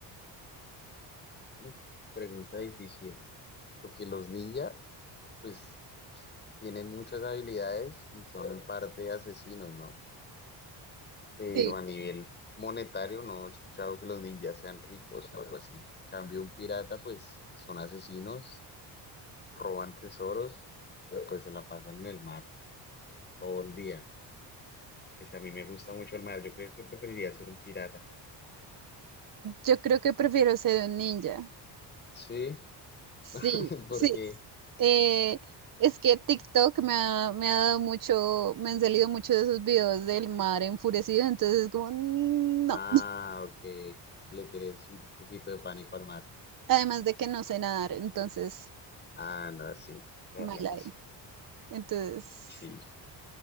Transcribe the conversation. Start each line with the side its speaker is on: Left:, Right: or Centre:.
Left: Uf, pregunta difícil, porque los ninjas, pues, tienen muchas habilidades y son en parte asesinos, ¿no? Pero
Right: Sí.
Left: a nivel monetario no he escuchado que los ninjas sean ricos o algo así. En Cambio un pirata, pues, son asesinos, roban tesoros y pues se la pasan en el mar todo el día. Pues a mí me gusta mucho el mar, yo creo que preferiría ser un pirata.
Right: Yo creo que prefiero ser un ninja.
Left: Sí,
Right: Sí,
Left: <laughs> porque,
Right: sí. Eh, es que TikTok me ha, me ha dado mucho, me han salido muchos de esos videos del mar enfurecido, entonces es como, "Mm, no.
Left: ah, ok, le tienes un poquito de pánico al mar.
Right: Además de que no sé nadar, entonces,
Left: Ah, no, sí, Toda
Right: mal
Left: la razón.
Right: ahí. Entonces,
Left: sí.